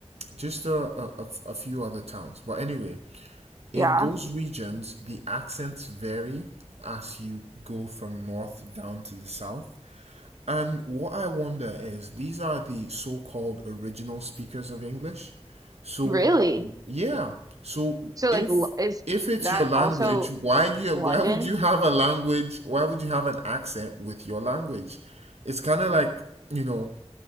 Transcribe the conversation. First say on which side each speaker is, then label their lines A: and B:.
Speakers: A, on the right; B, on the right.
A: just a a, a few other towns. But anyway, in
B: Yeah.
A: those regions, the accents vary as you go from north down to the south. And what I wonder is these are the so called original speakers of English. So,
B: Really?
A: yeah. So
B: So
A: if
B: like l- is
A: if it's
B: that
A: your language,
B: also
A: why you
B: London?
A: why would you have a language? Why would you have an accent with your language? It's kind of like, you know,